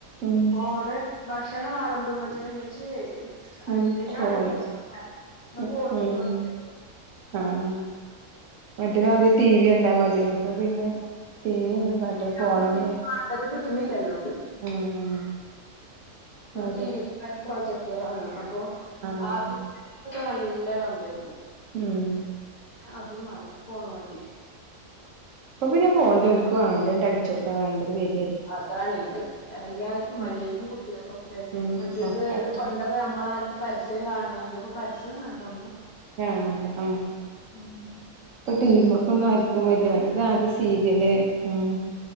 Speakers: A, on the right; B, on the left.
A: ഉം
B: ഫോണ്. ഭക്ഷണം വളംമ്പുബത്തിന് ഇമ്മച്യെ. അയ്യേനാ
A: ഉം ഫോണ്
B: വിളിച്ചേ. ഫ
A: ഉം
B: ഫോട്ടോ എടുത്തോണ്ട
A: ഉം ആഹ് മറ്റേത് ആദ്യം ടി വി ഉണ്ടാമതെർന്ന് ഇപ്പ പിന്നെ. ടി
B: ഉം.
A: വി ഒന്നും
B: <unintelligible>
A: വേണ്ട ഫോണന്നെ
B: കിട്ടുന്നില്ലല്ലോ?
A: ഉം ഉം അതെ
B: ടി വി പ്രൊജക്ടഡ് ആണ്. അപ്പൊ,
A: ആഹ്
B: ആദ്യക്കെ നല്ല കമ്പായിരുന്നു.
A: ഉം..
B: അതും വേണ്ട. പോണ മതി.
A: അപ്പൊ പിന്നെ ഫോണിലോൽക് വേണ്ടണ്ട്. അടിച്ചെടുത്താ വേണ്ടത് വെരും.
B: അതാണെ. എല്ലാർക്കും
A: ഉം
B: വല്ല്യർക്കും കുട്ടിൾകൊക്കെ
A: ഉം
B: മറ്റേത്.
A: ഒക്കെ
B: പണ്ടൊക്കെ.
A: ഉം
B: നമ്മള കാലത്ത് പരസ്യം കാണണം. ഇതിപ്പം പരസ്യം കണ്ടോ.
A: ആഹ, ആ..
B: ഉം
A: ടിവിമ കൊന്നും ആര്ക്കും വല്ല്യ മറ്റേത് ആദ്യ സീരിയല്ല്. ഉം..